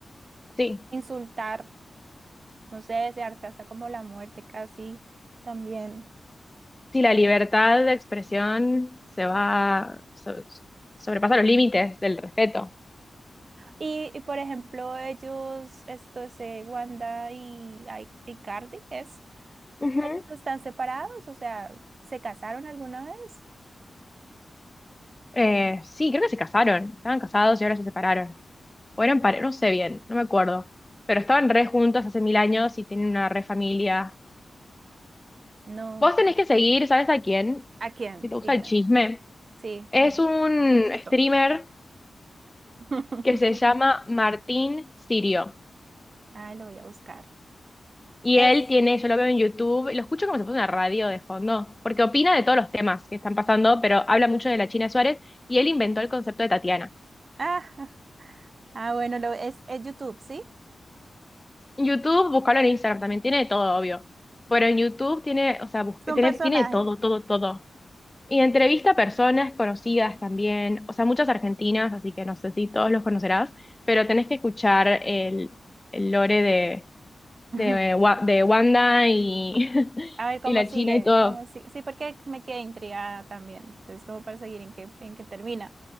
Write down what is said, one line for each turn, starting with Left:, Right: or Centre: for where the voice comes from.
Left: sí,
Right: insultar, no sé, desearte hasta como la muerte casi también.
Left: sí, la libertad de expresión se va, so- sobrepasa los límites del respeto.
Right: Y, y, por ejemplo, ellos, esto es eh, Wanda y, ay, y Cardi, ¿es?
Left: Ujú.
Right: ¿Ellos están separados? O sea, ¿se casaron alguna vez?
Left: Eh, sí, creo que se casaron, estaban casados y ahora se separaron. O eran pare, no sé bien, no me acuerdo. Pero estaban re juntos hace mil años y tienen una re familia.
Right: No.
Left: Vos tenés que seguir, ¿sabes a quién?
Right: ¿A quién?
Left: Si te gusta
Right: Dime.
Left: el chisme.
Right: Sí,
Left: Es
Right: bueno,
Left: un
Right: Chismecito.
Left: streamer
Right: <laughs>
Left: que se llama Martín Sirio.
Right: ah, lo voy a buscar.
Left: Y
Right: Es,
Left: él tiene, yo lo veo en YouTube, lo escucho como si fuese una radio de fondo, porque opina de todos los temas que están pasando, pero habla mucho de la China Suárez y él inventó el concepto de Tatiana.
Right: ah, <laughs> Ah, bueno, lo, es, es YouTube, ¿sí?
Left: En YouTube, buscalo en Instagram, también tiene de todo, obvio. Pero en YouTube tiene, o sea, busca-
Right: es un
Left: tiene,
Right: personaje.
Left: tiene de todo, todo, todo. Y entrevista a personas conocidas también, o sea, muchas argentinas, así que no sé si todos los conocerás, pero tenés que escuchar el, el lore de,
Right: Ujú.
Left: de,
Right: <laughs>
Left: Wa- de Wanda y, <laughs>
Right: A ver cómo
Left: y la
Right: sigue,
Left: China y todo.
Right: cómo sigue. Sí, porque me quedé intrigada también. Entonces, como para seguir en qué, en qué termina.